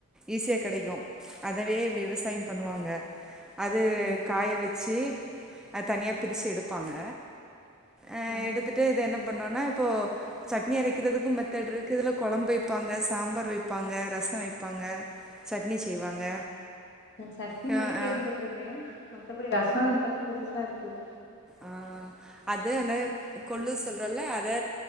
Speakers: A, in the centre; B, on the left (about 55°).
A: ஈஸியா கிடைக்கும் அதவே விவசாயம் பண்ணுவாங்க அது
B: சரி சரி
A: காய வச்சு அத தனியா பிரிச்சு எடு ப்பாங்க ஆஹ்
B: ஆ
A: எடுத்துட்டு இது என்ன பண்ணோனா இப்போ சட்னி அரைக்கிறதுக்கு மெத்தட் இருக்கு இதுல குழம்பு வைப்பாங்க சாம்பார் வைப்பாங்க ரசம் வைப்பாங்க சட்னி செய்வாங்க
B: சட்னி
A: அ
B: மட்டும் கேள்விப்பட்டிருக்கேன்
A: அ
B: மத்தபடி ரசம் இப்பதான் புதுசு சருக்குது
A: ஆஹ் அது அந்த கொள்ளு சொல்றோல்ல அதை